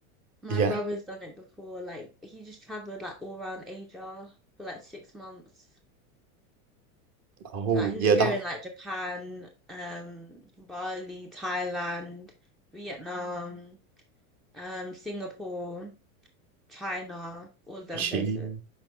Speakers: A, in the centre; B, on the right.
A: My
B: Yeah.
A: brother's done it before. Like he just traveled like all around Asia for like six months.
B: Oh,
A: Like he'll
B: yeah,
A: just
B: that
A: go in like Japan, um, Bali, Thailand, Vietnam, um, Singapore, China, all of them
B: she.
A: places.